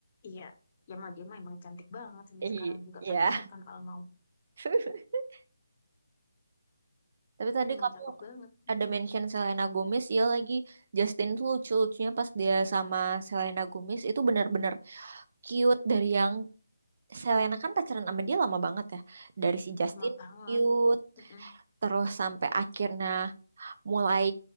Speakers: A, on the left; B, on the right.
A: iya ya mah dia mah emang cantik banget sampai
B: Iya.
A: sekarang juga pantesan kan Alma
B: <laughs> Tapi tadi
A: emang
B: kamu
A: cakep banget
B: ada mention Selena Gomez, iya lagi Justin tuh lucu-lucunya pas dia sama Selena Gomez itu benar-benar cute dari yang Selena kan pacaran sama dia lama banget ya. Dari si Justin
A: Alma banget
B: cute,
A: Mm-mm.
B: terus sampai akhirnya mulai